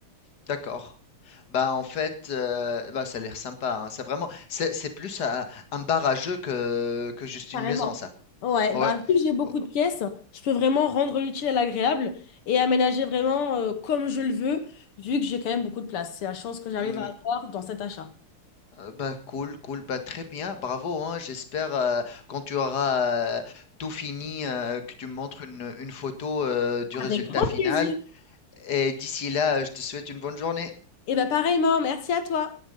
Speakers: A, on the left; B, on the left.
A: D'accord. Bah en fait, euh, bah, ça a l'air sympa. hein. C'est vraiment, c'est c'est plus un, un bar à jeu que, que juste
B: Carrément.
A: une maison, ça.
B: Ouais,
A: Ouais.
B: bah, vu que j'ai beaucoup
A: Oh,
B: de pièces, je peux vraiment rendre l'utile à l'agréable et aménager vraiment euh, comme je le veux, vu que j'ai quand même beaucoup de place. C'est la chance que j'arrive
A: mm,
B: à avoir dans cet achat.
A: Euh, Bah, cool, cool, bah, très bien, bravo, hein, j'espère euh, quand tu auras euh, tout fini, euh, que tu me montres une, une photo euh, du résultat
B: Avec grand
A: final.
B: plaisir.
A: Et d'ici là, euh, je te souhaite une bonne journée.
B: Et bah pareillement, merci à toi.